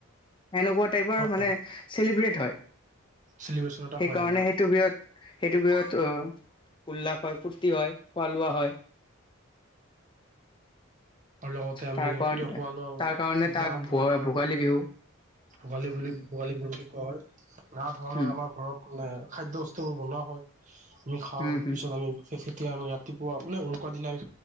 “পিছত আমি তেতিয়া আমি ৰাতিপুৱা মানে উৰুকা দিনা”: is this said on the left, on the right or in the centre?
Right